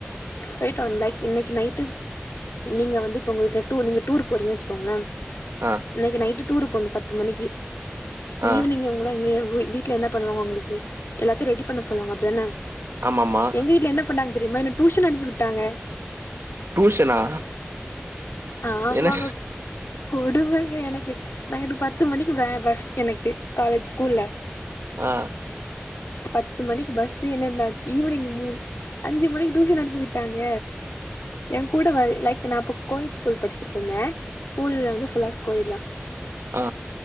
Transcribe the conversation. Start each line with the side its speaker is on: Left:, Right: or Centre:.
Left: போயிட்டு வந்த லைக் இன்னைக்கு நைட்டு நீங்க வந்து இப்ப உங்க வீட்டுல டூர் நீங்க டூர் போறீங்க வெச்சுக்கோங்களன்
Right: ஆ
Left: இன்னைக்கு நைட்டு டூரு போணும் பத்து மணிக்கு
Right: ஆ
Left: ஈவினிங் உங்கள இங்கயே வு வீ ட்ல என்ன பண்ணுவாங்க உங்களுக்கு எல்லாத்தையும் ரெடி பண்ண சொல்லுவாங்க அப்படிதான
Right: ஆமாமா
Left: எங்க வீட்டுல என்ன பண்ணாங்க தெரியுமா என்ன டியூஷன் அனுப்பி விட்டாங்க
Right: டியூஷனா
Left: ஆமாங்க
Right: என்ன
Left: கொடுமங்க எனக்கு நாங்க இனீ பத்து மணிக்கு வேன் பஸ் எனக்கு காலேஜ் ஸ்கூல்ல
Right: ஆ
Left: பத்து மணிக்கு பஸ் என்னன்னா ஈவினிங் மூணு அஞ்சு மணிக்கு டியூஷன் அனுப்பி விட்டாங்க என் கூட வ லைக் நான் கோவிட் ஸ்கூல் படிச்சிட்டு இருந்தேன் ஸ்கூல்ல வந்து ஃபுல்லா கோயடு தான்
Right: ஆ